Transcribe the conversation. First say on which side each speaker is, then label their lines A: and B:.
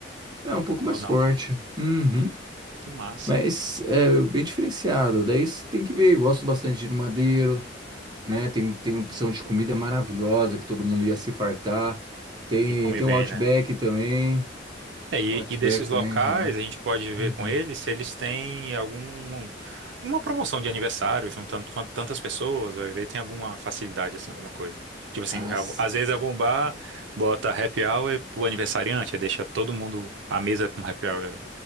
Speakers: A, on the right; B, on the right.
A: É um pouco mais
B: Ou não?
A: forte. Uhum.
B: Que massa.
A: Mas é bem diferenciado. Daí você tem que ver. Eu gosto bastante de ir no Madeiro, né? Tem, tem
B: Uhum.
A: opção de comida maravilhosa que todo mundo ia se fartar. Tem,
B: E come
A: tem
B: bem,
A: o Outback
B: né?
A: também.
B: É, e,
A: Outback
B: e desses locais,
A: também, legal.
B: a gente pode ver
A: Uhum.
B: com eles se eles têm algum, alguma promoção de aniversário, juntando quan- tantas pessoas, vai ver, tem alguma facilidade, assim, alguma coisa. Tipo assim,
A: as
B: algu- às vezes algum bar bota happy hour pro aniversariante, aí deixa todo mundo, a mesa com happy hour